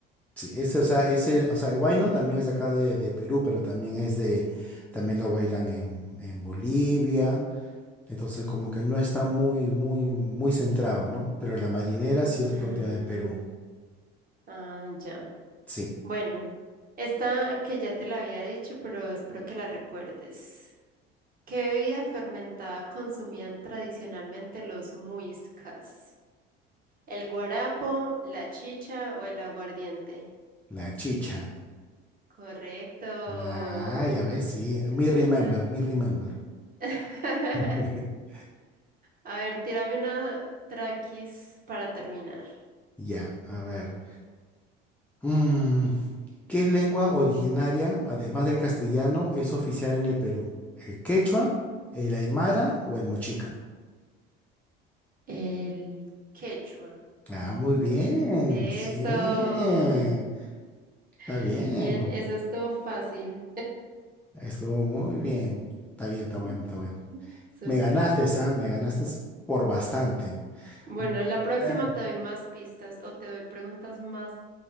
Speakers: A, in the centre; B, on the right.
A: Sí, ese, o sea, ese, o sea, el huayno también es de acá de, de Perú, pero también es de, también lo bailan en, en Bolivia. Entonces, como que no está muy, muy, muy centrado, ¿no? Pero la marinera sí es
B: Mm,
A: propia del Perú.
B: ah, ya.
A: Sí,
B: Bueno, esta que ya te la había dicho, pero espero que la recuerdes. ¿Qué bebida fermentada consumían tradicionalmente los muiscas? ¿El guarapo, la chicha o el aguardiente?
A: la chicha.
B: Correcto.
A: Ah, ya ves, sí.
B: Ese
A: Me remember,
B: ya.
A: me remember.
B: <laughs>
A: <laughs>
B: A ver, tírame una tranquis para terminar.
A: Ya, a ver. Mm, ¿qué lengua originaria, además del castellano, es oficial en el Perú? ¿El quechua, el aymara o el mochica?
B: El quechua.
A: Ah, muy bien,
B: Eso.
A: sí, está bien,
B: <laughs> Bien, eso estuvo fácil.
A: estuvo muy bien, está bien, está
B: <laughs>
A: bueno,
B: Ujú.
A: está bueno.
B: Súper,
A: Me ganaste,
B: súper.
A: Sam, me ganaste por bastante.
B: Bueno,
A: Voy
B: la próxima
A: a intentar-
B: te doy más pistas o te doy preguntas más